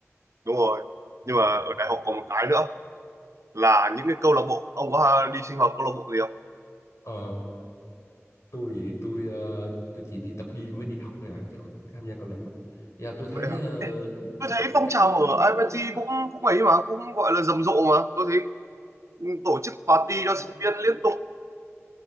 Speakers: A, on the right (about 70°); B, on the left (about 70°).
A: Đúng rồi. Nhưng mà ở
B: Dạ.
A: đại học còn một cái nữa là những cái câu lạc bộ, ông có đi sinh hoạt câu lạc bộ gì không?
B: ờ tôi tôi ờ, tôi chỉ đi tập gym với đi học thôi à chứ không tham gia câu lạc bộ dạ tôi thấy
A: Vậy
B: ờ,
A: tôi
B: chắc
A: thấy phong
B: chắc
A: trào
B: không có
A: ở IPT cũng cũng ấy mà cũng gọi là rầm rộ mà tôi thấy tổ chức
B: gì-
A: party cho sinh viên liên tục